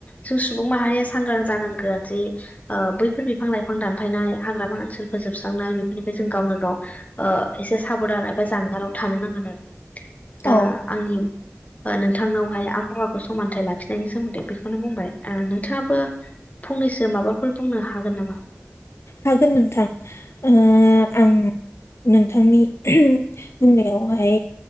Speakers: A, on the left (about 30°); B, on the left (about 60°).
A: जों सुबुं माहारिया सांग्रां जानांगोन जे ओ बैफोर बिफां लाइफां दानफायनाय हाग्रामा ओनसोल फोजोबस्रांनाय बेफोरनिफ्राय जों गावनो गाव ओ एसे साबधान एबा जानगाराव थानो नांगोनआरो। दा
B: औ
A: आंनि ओ नोंथांनावहाय आबहावाखौ समानथाइ लाखिनायनि सोमोन्दै बेखौनो बुंबाय। ओ नोंथाङाबो फंनैसो माबाफोर बुंनो हागोन नामा?
B: हागोन नोंथां ओ आं नोंथांनि ह्राम बुंनायावहाय